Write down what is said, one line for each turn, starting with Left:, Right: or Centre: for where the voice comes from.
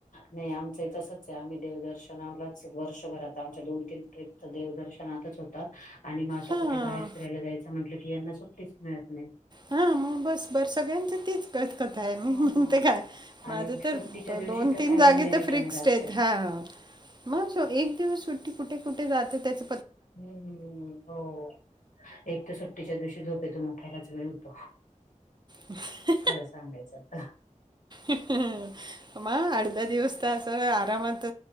Left: नाही आमचं ही तसंच आहे आम्ही देवदर्शनालाच वर्षभरात आमच्या दोन तीन ट्रिप देवदर्शनातच होतात. आणि मग असं
Right: हां
Left: कुठे बाहेर फिरायला जायचं म्हटलं की यांना सुट्टीच मिळत नाही.
Right: हा मग बस बर सगळ्यांची तीच कतकथा आहे मी
Left: हो.
Right: म्हणते काय माझं
Left: आणि
Right: तर
Left: सुट्टीच्या दिवशी
Right: दोन
Left: तर
Right: तीन
Left: काय
Right: जागे
Left: वन डे
Right: तर
Left: रिटर्न
Right: फ्रिक्स्ड
Left: जातो.
Right: आहेत हा. मग एक दिवस सुट्टी कुठे कुठे जात त्याच.
Left: हम्म् हो. एक तर सुट्टीच्या दिवशी झोपेतून उठायलाच वेळ होतो.
Right: हा.
Left: खला सांगायचं आता.
Right: आठ दहा दिवस तर असं आरामात.